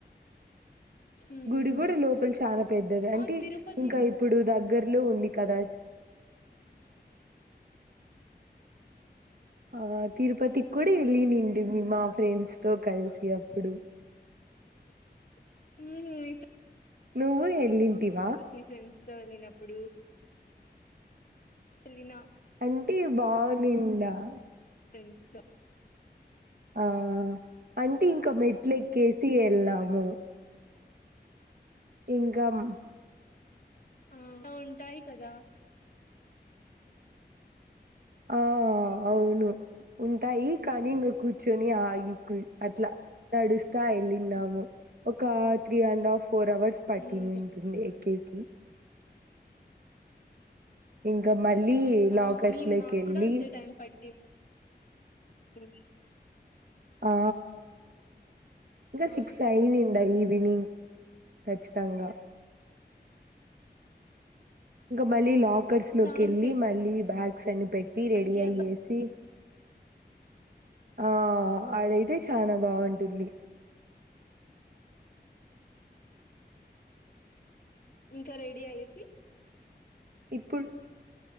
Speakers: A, on the left; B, on the right.
A: ఉమ్
B: గుడి కూడా లోపల చాలా పెద్దది
A: అవును
B: అంటే
A: తిరుపతి
B: ఇంకా ఇప్పుడు దగ్గ దగ్గర్లో ఉంది కదాజ
A: <inaudible>
B: ఆ తిరుపతికి కూడ ఎల్లి ని <unintelligible> ఫ్రెండ్స్ తో కలిసి అప్పుడు
A: హ్మ్
B: నువ్వు ఎల్లింటివా
A: మీ ఫ్రెండ్స్ తో వెళ్లినప్పుడు ఎల్లిన
B: అంటే బావునిండా ఆ
A: ఫ్రెండ్స్ తో
B: ఆ అన్ టి ఇంక మెట్లెక్కేసి ఏళ్ళము ఇంగం
A: హ టాయి కదా
B: ఆ అవును ఉంటాయి కానీ ఇంగా కూర్చొని అయి అట్ల నడుస్తా ఎల్లిన్నాము ఒక three and half four hours పట్టినిన్టుంది
A: ఉమ్
B: తిథి ఇంకా మళ్ళీ లాకర్స్
A: ఆ మేం
B: లోకి
A: మాకు
B: వెళ్ళి
A: కూడా అంతే టైం పట్టిం ది
B: ఆ ఇంకా
A: ఆ
B: సిక్స్ అయినింది అయి విని ఖచ్చితంగా ఇంకా మళ్ళీ
A: ఆ
B: లాకర్స్
A: స్నానం
B: లోకి వెళ్ళి మళ్ళీ బ్యాగ్ సేన్ పెట్టి
A: చేయడానికి
B: రెడీ అయ్యేసి
A: అంద
B: ఆ ఆడైతే చానా బాగుంటుంది
A: ఆ, ఇంకా రెడీ అయ్యేసి
B: ఇప్పుడు